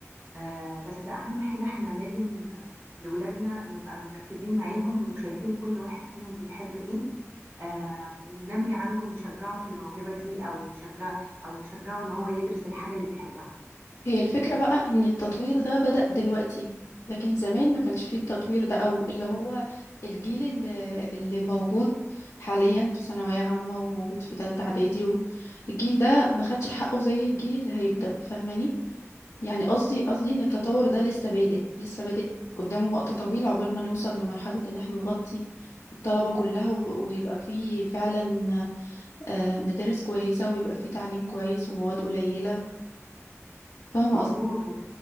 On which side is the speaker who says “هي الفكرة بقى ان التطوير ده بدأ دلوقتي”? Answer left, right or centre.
Left